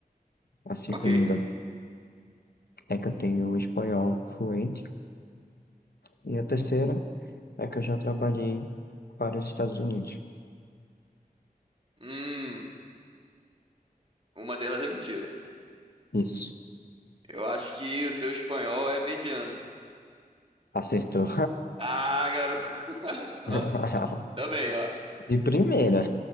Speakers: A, on the left; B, on the right.
A: a segunda
B: ok.
A: é que eu tenho espanhol fluente, e a terceira É que eu já trabalhei para os Estados Unidos.
B: Hum, uma delas é mentira.
A: Isso.
B: Eu acho que o seu espanhol é mediano.
A: Acertou.
B: Ah, garoto. <laughs> Ó,
A: <laughs>
B: tá bem, ó.
A: De primeira.